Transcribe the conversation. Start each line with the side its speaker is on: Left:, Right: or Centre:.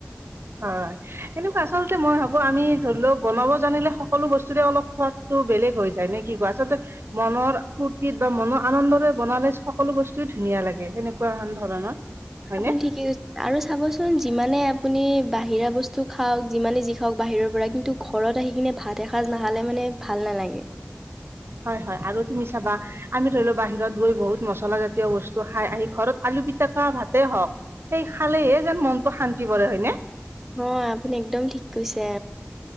Right: হয়, এনেকুৱা আচলতে মই ভাবো আমি ধৰি লওক বনাব জানিলে সকলো বস্তুৰে অলপ সোৱাদ টো বেলেগ হৈ যায় নে কি কোৱা? আচলতে মনৰ ফুৰ্তিত বা মনৰ আনন্দৰে বনালে সকলো বস্তু ধুনীয়া লাগে সেনেকুৱাহেন ধৰণৰ। হয়নে
Centre: আপুনি ঠিকেই কৈছে, আৰু চাবচোন যিমানে আপুনি বাহিৰা বস্তু খাওক যিমানে যি খাওক বাহিৰৰ পৰা কিন্তু ঘৰত আহি কিনে ভাত এসাঁজ নখালে মানে ভাল না নালাগে।
Right: হয়, হয়, আৰু তুমি চাবা আমি ধৰি লও বাহিৰত গৈ বহুত মছলা জাতীয় বস্তু খাই আহি ঘৰত <inaudible> আলু পিতাকা ভাতে হওক, সেই খালেহে যেন মনতটো শান্তি পৰে হয়নে?
Centre: হয়, আপুনি একদম ঠিক কৈছে।